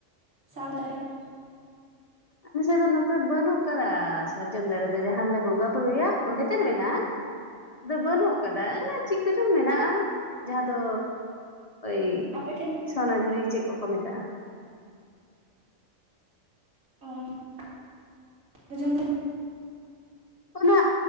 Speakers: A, on the right (about 80°); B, on the left (about 35°).
A: ᱥᱟᱞ ᱫᱟᱨᱮ
B: ᱟᱞᱮᱥᱮᱫ ᱫᱚ ᱱᱚᱛᱮ ᱵᱟᱹᱱᱩᱜ ᱟᱠᱟᱫᱟ ᱥᱟᱨᱡᱚᱢ ᱫᱟᱨᱮ ᱫᱚ ᱡᱟᱦᱟᱸ ᱞᱮ ᱵᱚᱸᱜᱟ ᱵᱩᱨᱩᱭᱟ ᱚᱸᱰᱮ ᱛᱮᱫ ᱢᱮᱱᱟᱜᱼᱟ ᱾ ᱟᱫᱚ ᱵᱟᱹᱱᱩᱜ ᱟᱠᱟᱫᱟ ᱚᱱᱟ ᱪᱮᱫ ᱠᱚᱪᱚᱝ ᱢᱮᱱᱟᱜᱼᱟ ᱡᱟᱦᱟᱸ ᱫᱚ ᱳᱭ
A: ᱟᱯᱮ ᱴᱮᱱ
B: ᱥᱚᱱᱟ ᱡᱷᱩᱨᱤ ᱜᱮ ᱪᱮᱫ ᱠᱚᱠᱚ ᱢᱮᱛᱟᱜᱼᱟ?
A: ᱦᱮᱸ ᱚᱡᱚᱢ ᱫᱚ
B: ᱚᱱᱟ